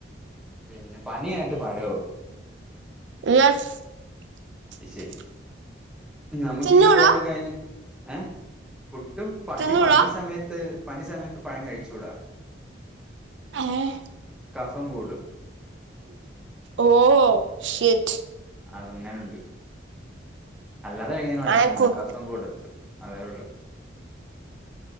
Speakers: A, in the centre; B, on the right.
A: പിന്നെ പനിയായിട്ട് പഴോ
B: <unintelligible> <unintelligible>
A: അത് ശരി നമുക്ക്
B: തിന്നൂടാ
A: ഈ ഗോളഡ കഴിഞ്ഞ ഏ ഒട്ടും പണ്ടി
B: തിന്നൂടാ
A: പനി സമയത്ത് പനി സമയത്ത് പഴം കഴിച്ചൂടാ
B: ആഏഹ
A: കഫം കൂടും
B: ഓ ശറ്റ്
A: അതങ്ങനെയുണ്ട് അല്ലാതെ കൈുന്നേന് കുഴപ്പൊന്നില്ല
B: ഐ ആം കുക്ക്ഡ്
A: കസം കൊ കൊടുത്ത് അതേള്ള